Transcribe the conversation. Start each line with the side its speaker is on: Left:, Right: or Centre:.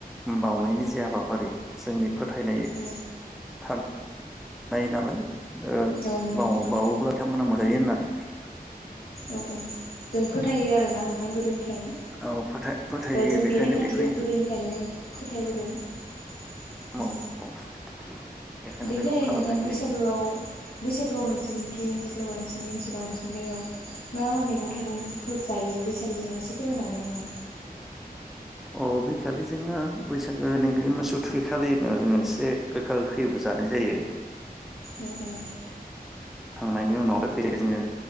Centre: बावनायनि जे हाबाफारि जोंनि। फोथायनाय
Left: औ
Centre: थान नाय नालाय। ओ
Left: औ नंगौ
Centre: बावो-बावोब्ला
Left: नोंथां
Centre: बिथांमोना मोन जायो होन्नानै।
Left: औ औ जों फोथायो आरोना नोंथां गोदोनिफ्रायनो
Centre: औ फोथाय फोथायो
Left: ओ जों
Centre: बेखायनो
Left: बे नेमखान्थिखौ
Centre: बेखौ
Left: गोदोनिफ्रायनो फोथायबोदों औ।
Centre: औ <inaudible>
Left: दग
Centre: बेखौ खालामनाय
Left: नो थां बैसागोआव
Centre: जायो
Left: बैसागोआव नोंसोरनिथिं जेनेबा नोंसोरनि ओनसोलाव नोंसोरनि गामियाव मा मा मैगं थाइगंफोर जायो बैसागो दिनाव एसे फोरमायनो हागोन नामा?
Centre: अ' बैखालि जोङो बैसागोनि बि मोसौ थुखैखालिनो जोङो एसे गोखा गोखैबो जानाय जायो।
Left: एव अ'।
Centre: खांनायनि उनाव जोङो